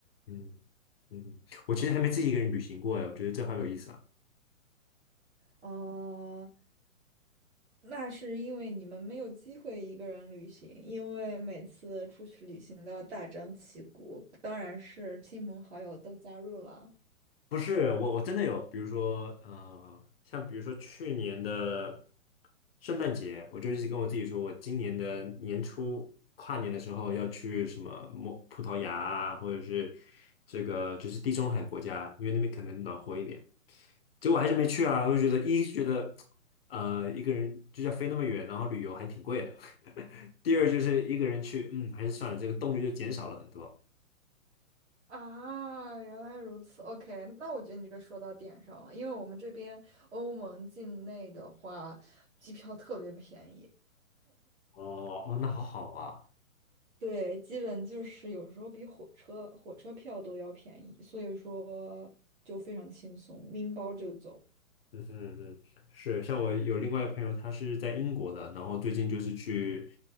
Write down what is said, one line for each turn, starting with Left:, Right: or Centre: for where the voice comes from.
Left: 嗯嗯，嗯我其实还没自己一个人旅行过哎，我觉得这好有意思啊。
Right: 哦，那是因为你们没有机会一个人旅行，因为每次出去旅行都要大张旗鼓，当然是亲朋好友都加入了。
Left: 不是我，我真的有，比如说，呃，像比如说去年的圣诞节，我就一直跟我自己说，我今年的年初跨年的时候要去什么莫，葡萄牙啊，或者是这个就是地中海国家，因为那边可能暖和一点。结果还是没去啊，我就觉得一是觉得，呃，一个人就要飞那么远，然后旅游还挺贵的。<laughs> 第二就是一个人去，嗯，还是算了，这个动力就减少了很多。
Right: 啊，原来如此。OK，那我觉得你这个说到点上了，因为我们这边欧盟境内的话，机票特别便宜。
Left: 哦哦，那好好啊。
Right: 对，基本就是有时候比火车火车票都要便宜，所以说就非常轻松，拎包就走。
Left: 嗯哼嗯哼是，像我有另外一个朋友，他是在英国的，然后最近就是去